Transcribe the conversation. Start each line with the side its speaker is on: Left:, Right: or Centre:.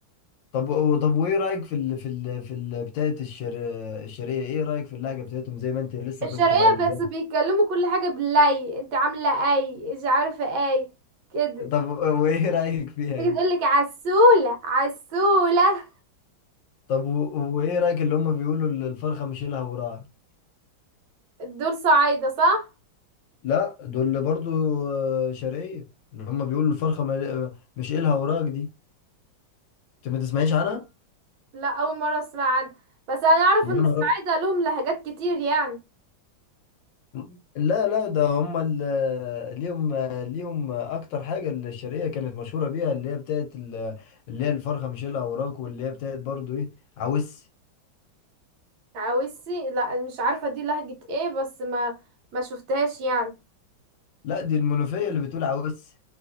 Left: طب و- طب وايه رأيك في ال في ال في ال بتاعت الشر الشرقية ايه رأيك في اللهجة بتاعتهم زي ما انت لسه
Right: الشرقية
Left: كنت مقلداها
Right: بس بيتكلموا كل حاجة باللي انت عاملة اي مش عارفة اي كده
Left: طب وايه رأيك فيها
Right: تيجي
Left: دي
Right: تقولك عسولة عسولة
Left: طب و- وايه رايك اللي هم بيقولوا ال- الفرخه مش لها وراها
Right: دول صعايدة صح؟
Left: لا دول برضو آه، شرقيه اللي هم بيقولوا الفرخه ما- مش لها وراك دي انت ما تسمعيش عنها
Right: لا أول مرة أسمع عنها بس أنا أعرف
Left: يا
Right: إن
Left: نهار
Right: الصعايدة لهم لهجات كتير يعني
Left: أب- لا لا ده هم ال- ليهم ليهم اكتر حاجه الشرقيه كانت مشهوره بيها اللي هي بتاعت ال- اللي هي الفرخه مش لها وراك واللي هي بتاعت برضو ايه عوس
Right: عاوزي لا مش عارفة دي لهجة ايه بس ما ما شفتهاش يعني
Left: لا دي المنوفيه اللي بتقول عوس